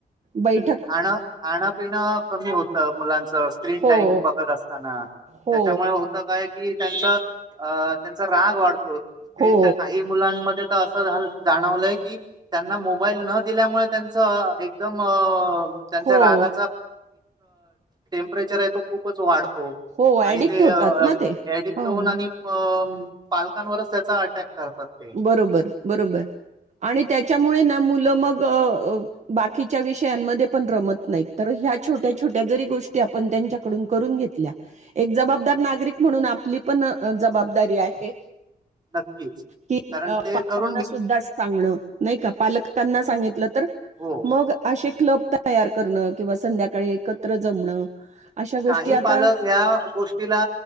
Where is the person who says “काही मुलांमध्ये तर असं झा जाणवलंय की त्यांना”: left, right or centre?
Right